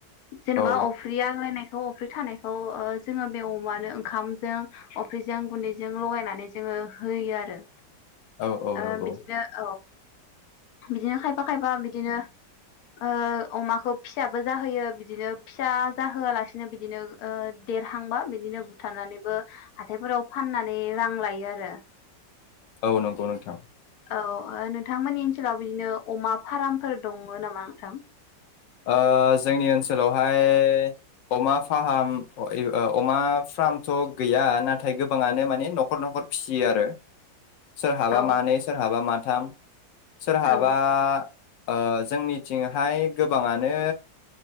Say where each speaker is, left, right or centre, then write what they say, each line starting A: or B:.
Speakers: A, on the left (about 60°); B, on the left (about 80°).
A: जेनेबा
B: औ
A: अफ्रि आग्लायनाय खौ अफ्रि थानायखौ ओ जोङो बे अमानो ओंखामजों अफ्रिजों गुन्दैजों लगायनानै जोङो होयो आरो
B: औ औ
A: ओ
B: नंगौ
A: बिदिनो औ। बिदिनो खायफा खायफा बिदिनो ओ अमाखौ फिसाबो जाहोयो बिदिनो फिसा जाहोआलासिनो बिदिनो ओ देरहांबा बिदिनो बुथारनानै बो हाथाइफोराव फाननानै रां लायो आरो।
B: औ नंगौ नोंथां।
A: औ ओ नोंथांमोननि ओनसोलाव बिदिनो अमा फार्मफोर दङ नामा नोंथां?
B: ओ जोंनि ओनसोलावहाय अमा फाहाम अमा फ्रामथ' गैया नाथाय गोबाङानो माने नखर नखर फिसियो आरो। सोरहाबा
A: औ
B: मानै सोरहाबा मा थाम सोरहाबा
A: औ
B: ओ जोंनिथिंहाय गोबाङानो